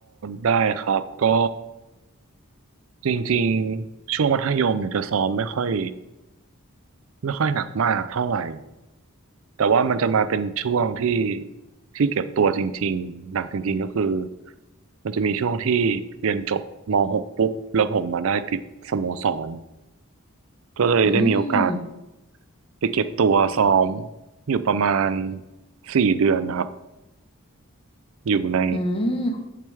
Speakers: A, on the right; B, on the left.
A: ได้ครับก็จริงๆช่วงมัธยมเนี่ยจะซ้อมไม่ค่อยไม่ค่อยหนักมากเท่าไหร่ แต่ว่ามันจะมาเป็นช่วงที่ที่เก็บตัวจริงๆหนักจริงๆก็คือมันจะมีช่วงที่เรียนจบม .6 ปุ๊บแล้วผมมาได้ติดสโมสรก็เลยได้มีโอกาส
B: อืม
A: ไปเก็บตัวซ้อมอยู่ประมาณสี่เดือนนะครับอยู่ใน
B: อืม